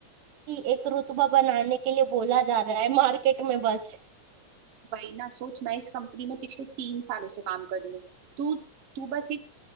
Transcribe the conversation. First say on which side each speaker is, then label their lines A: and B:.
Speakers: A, on the right (about 90°); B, on the right (about 55°).
A: कि एक रुतबा बनाने के लिए बोला जा रहा है मार्केट में बस
B: वही ना सोच मैं इस कंपनी में पिछले तीन सालों से काम कर रही हूँ तू तू बस एक